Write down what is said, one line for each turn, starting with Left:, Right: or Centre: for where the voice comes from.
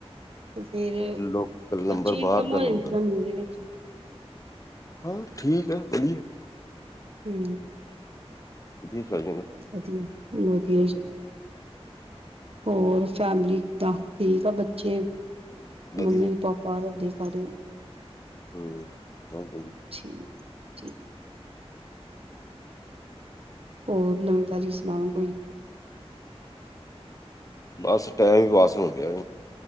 Right: ਤੇ ਫੇਰ
Left: ਲੋਕਲ ਨੰਬਰ,
Right: ਅੱਛੀ
Left: ਬਾਹਰ
Right: ਇਨਕਮ
Left: ਦਾ
Right: ਹੋ ਜਾਂਦੀ
Left: ਨੰਬਰ
Right: ਤੁਹਾਨੂੰ ਇਹਦੇ ਵਿੱਚ ਹੂੰ
Left: ਹਾਂ ਠੀਕ ਆ ਵਧੀਆ
Right: ਹੂ
Left: ਇਹ ਸ <unintelligible>
Right: ਵਧੀਆ ਵਧੀਆ ਜੀ ਹੋਰ ਫੈਮਲੀ ਕਿਦਾਂ, ਠੀਕ ਆ ਬੱਚੇ, ਮੰਮੀ
Left: ਵਧੀਆ
Right: ਪਾਪਾ ਤੁਹਾਡੇ ਸਾਰੇ।
Left: ਹੂ ਸਬ ਠੀਕ
Right: ਠੀਕ ਠੀਕ ਹੋਰ ਨਵੀਂ ਤਾਜੀ ਸੁਣਾਓ ਕੋਈ
Left: ਬੱਸ ਟਾਈਮ ਪਾਸ ਹੋ ਗਿਆ